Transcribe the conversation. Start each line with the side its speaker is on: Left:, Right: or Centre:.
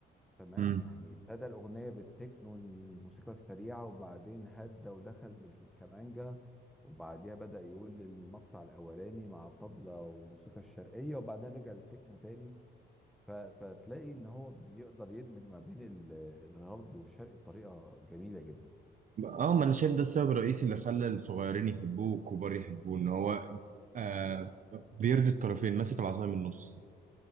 Centre: تمام
Right: امم
Centre: يعني ابتدى الأغنية بالتكنو الموسيقى السريعة وبعدين هدى ودخل بالكمانجا وبعديها بدأ يقول المقطع الأولاني مع الطبلة والموسيقى الشرقية وبعدين رجع للتكنو تاني ف... فتلاقي إن هو بيقدر يدمج ما بين ال- الغرب والشرق بطريقة جميلة جدا
Right: اه ما انا شايف ده السبب الرئيسي اللي خلى الصغيرين يحبوه والكبار يحبوه ان هو آه بيرضي الطرفين ماسك العصاية من النص